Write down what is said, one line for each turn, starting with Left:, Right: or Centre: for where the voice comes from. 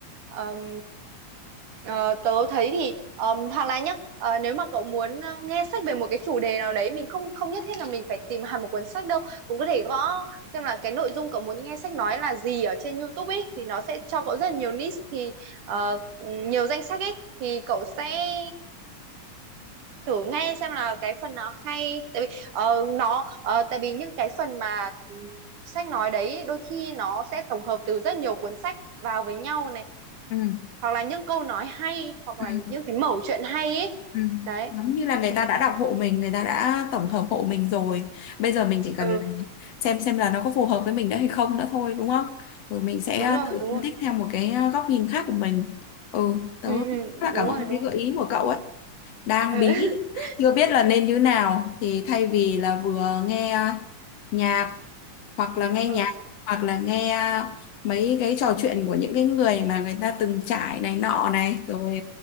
Right: Um, ờ, tớ thấy thì um, hoặc là nhá, ờ, nếu mà cậu muốn ờ, nghe sách về một cái chủ đề nào đấy, mình không không nhất thiết là mình phải tìm <laughs> hẳn một cuốn sách đâu, cũng có thể gõ xem là cái nội dung cậu muốn nghe sách nói là gì ở trên YouTube ấy thì nó sẽ cho cậu rất là nhiều niche thì ờ, nhiều danh sách ấy thì cậu sẽ thử nghe xem là cái phần nào hay tại vì ờ, nó ờ, tại vì những cái phần mà ừm, sách nói đấy đôi khi nó sẽ tổng hợp từ rất nhiều cuốn sách vào với nhau này
Left: ừ
Right: hoặc là những câu nói hay hoặc
Left: ừ
Right: là những cái mẩu chuyện hay ấy
Left: Ừ.
Right: đấy
Left: Giống như là người
Right: ừ,
Left: ta đã đọc hộ mình, người ta đã tổng hợp hộ mình rồi. Bây giờ mình chỉ cần
Right: ừ
Left: là xem xem là nó có phù hợp với mình nữa hay không nữa thôi, đúng không? Rồi mình sẽ
Right: đúng rồi
Left: tự
Right: đúng
Left: phân
Right: rồi
Left: tích theo một cái ờ, góc nhìn khác của mình. Ừ, tớ
Right: ừ,
Left: rất
Right: ừ
Left: là
Right: đúng
Left: cảm ơn
Right: rồi đúng
Left: cái
Right: rồi
Left: gợi ý của cậu ấy. Đang
Right: ừ
Left: bí,
Right: <laughs>
Left: chưa biết là nên như nào. Thì thay vì là vừa nghe à, nhạc hoặc là nghe
Right: ừ
Left: nhạc hoặc là nghe à, mấy cái trò chuyện của những cái người mà người ta từng trải này nọ này rồi